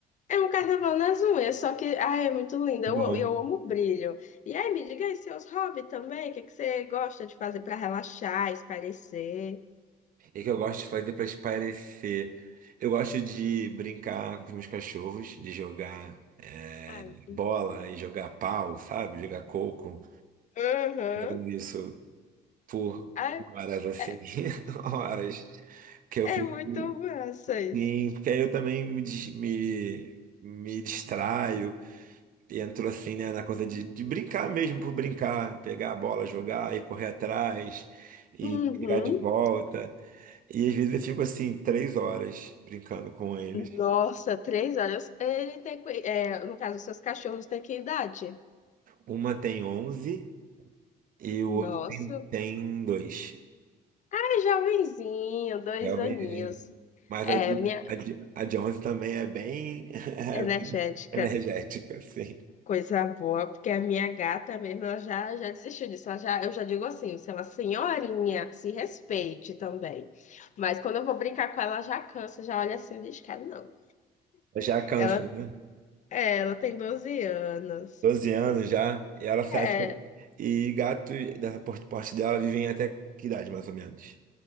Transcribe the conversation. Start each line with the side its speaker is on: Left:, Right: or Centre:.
Left: É um carnaval nas unhas, só que, ai, é muito linda.
Right: Muito
Left: Eu,
Right: Bom,
Left: eu amo brilho. E aí, me diga aí seus hobbies também. O que, é que você gosta de fazer pra relaxar, espairecer?
Right: e o que eu gosto de fazer para espairecer? Eu gosto de brincar com os meus cachorros, de jogar é,
Left: Ai, muito
Right: bola
Left: bom.
Right: e jogar pau, sabe? Jogar coco.
Left: Uhum.
Right: Fazendo isso por
Left: Ai,
Right: horas assim,
Left: é,
Right: <laughs> horas que eu
Left: é
Right: fico.
Left: muito massa isso.
Right: Sim, porque aí eu também me, dis- me, me distraio, entro assim, né, na coisa de, de brincar mesmo por brincar, pegar a bola, jogar e correr atrás e
Left: Uhum.
Right: pegar de volta. E às vezes eu fico assim, três horas brincando com eles.
Left: Nossa, três horas. Ele tem, que- é, no caso, seus cachorros têm que idade?
Right: Uma tem 11 e o
Left: Nossa,
Right: outro tem, tem dois.
Left: é jovenzinho, dois
Right: Jovens
Left: aninhos.
Right: Mas
Left: É,
Right: a de,
Left: minha
Right: a de, a de 11 também é bem, <laughs> é
Left: energética,
Right: bem energética, assim.
Left: coisa boa, porque a minha gata mesmo, ela já, já desistiu disso. Ela já, eu já digo assim, você é uma senhorinha, se respeite também. Mas quando eu vou brincar com ela, ela já cansa, já olha assim, diz, cara, não.
Right: Já cansa,
Left: Ela,
Right: né?
Left: é, ela tem 12 anos.
Right: 12 anos já, e ela se
Left: É,
Right: acha. E gato dessa por- porte dela vivem até que idade, mais ou menos?